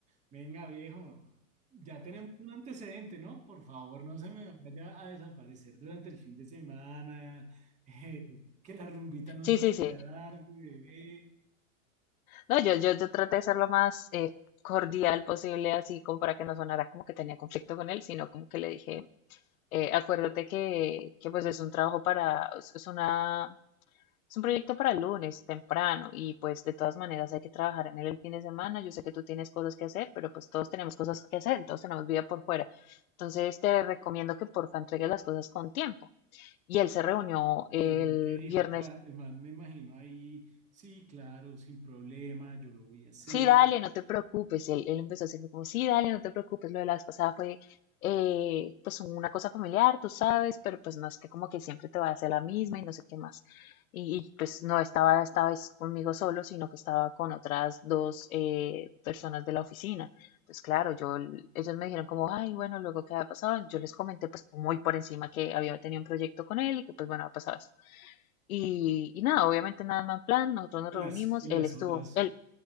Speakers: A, on the right (about 15°); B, on the left (about 85°).
A: venga viejo, ya tenemos un antecedente, ¿no? Por favor, no se me vaya a desaparecer durante el fin de semana, <laughs> eh, que la rumbita no
B: Sí,
A: se
B: sí,
A: me
B: sí.
A: largue, bebé.
B: No, yo, yo, yo traté de ser lo más eh, cordial posible, así como para que no sonara como que tenía conflicto con él, sino como que le dije, eh, acuérdate que, que pues es un trabajo para, es es una, es un proyecto para el lunes temprano y pues de todas maneras hay que trabajar en él el fin de semana. Yo sé que tú tienes cosas que hacer, pero pues todos tenemos cosas que hacer, todos tenemos vida por fuera. Entonces te recomiendo que porfa entregues las cosas con tiempo. Y él se reunió el
A: Y el man que dijo,
B: viernes
A: o sea, el man me imagino ahí, sí, claro, sin problema, yo lo voy a hacer.
B: sí, dale, no te preocupes. Él, él empezó a decirme como, sí, dale, no te preocupes. Lo de la vez pasada fue eh, pues una cosa familiar, tú sabes, pero pues no es que como que siempre te va a hacer la misma y no sé qué más. Y, y, pues no estaba esta vez conmigo solo, sino que estaba con otras dos eh, personas de la oficina. Pues claro, yo, ellos me dijeron como, ay, bueno, luego qué había pasado. Yo les comenté pues muy por encima que había tenido un proyecto con él y que pues bueno, ha pasado esto. Y, y nada, obviamente nada más plan, nosotros nos
A: Y
B: reunimos,
A: las, y las
B: él estuvo,
A: otras...
B: él